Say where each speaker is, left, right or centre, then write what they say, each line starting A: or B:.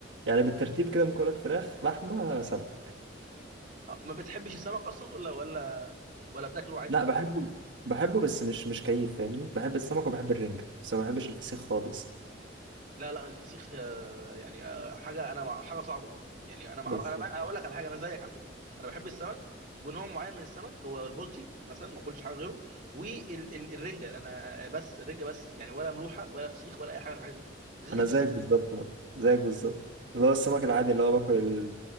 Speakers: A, on the right; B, on the right.
A: يعني بالترتيب كده ممكن اقول لك فراخ لحمة سمك
B: آه، ما بتحبش السمك اصلا ولا ولا ولا بتاكله عادي
A: لا بحبه بحبه بس مش مش كيف فاهمني بحب السمك وبحب الرنجة بس ما بحبش الفسيخ خالص
B: لا لا الفسيخ آه، يعني آه، حاجه انا مع... حاجه صعبه يعني انا مع...
A: بالظبط
B: انا ما... اقول لك على حاجه انا زيك على فكره انا بحب السمك ونوع معين من السمك هو البولتي مثلا ما اكلش حاجه غيره والرنجه انا بس الرنجه بس يعني ولا ملوحه ولا فسيخ ولا اي حاجه من الحاجات دي بالذات
A: انا
B: الفسيخ
A: زيك بالظبط
B: ده
A: برضه، زيك بالظبط اللي هو السمك العادي اللي هو باكل ال-